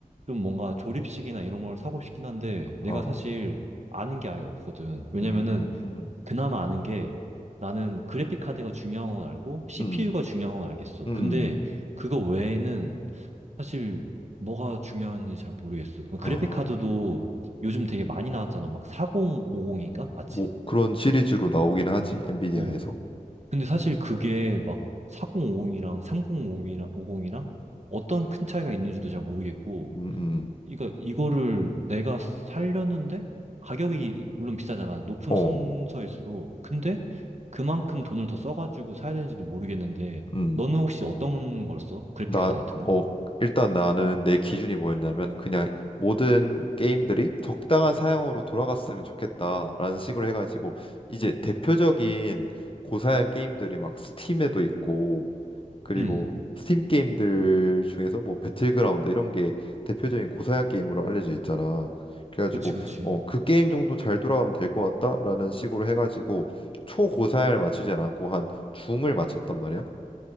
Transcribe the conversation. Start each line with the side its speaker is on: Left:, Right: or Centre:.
Right: 좀 뭔가 조립식이나 이런 걸 사고 싶긴 한데, 내가
Left: 어,
Right: 사실 아는 게 아예 없거든. 왜냐면은
Left: 음.
Right: 그나마 아는 게 나는 그래픽 카드가 중요한 건 알고 CPU가
Left: 음,
Right: 중요한 건 알겠어.
Left: 음,
Right: 근데 그거 외에는 사실 뭐가 중요한지 잘 모르겠어. 그
Left: 아,
Right: 그래픽 카드도 요즘 되게 많이 나왔잖아. 막 4050인가? 맞지?
Left: 뭐 그런 시리즈로 나오긴 하지 엔비디아에서.
Right: 어. 근데 사실 그게 막 4050이랑 3050이랑 50이랑 어떤 큰 차이가 있는지도 잘 모르겠고
Left: 음, 음,
Right: 이거 이거를 내가 살려는데 가격이 물론 비싸잖아. 높은
Left: 어,
Right: 순서일수록. 근데 그만큼 돈을 더 써가지고 사야 되는지도 모르겠는데
Left: 음,
Right: 너는 혹시 어떤 걸 써? 그래픽
Left: 나,
Right: 카드 같은 건?
Left: 어, 일단 나는 내 기준이 뭐였냐면 그냥 모든 게임들이 적당한 사양으로 돌아갔으면 좋겠다라는 식으로 해가지고 이제 대표적인 고사양 게임들이 막 스팀에도 있고 그리고
Right: 음,
Left: 스팀 게임들 중에서 뭐 배틀그라운드 이런 게 대표적인 고사양 게임으로 알려져 있잖아. 그래가지고
Right: 그치, 그치.
Left: 어, 그 게임 정도 잘 돌아가면 될 것 같다라는 식으로 해가지고 초고사양을 맞추지 않았고 한 중을 맞췄단 말이야.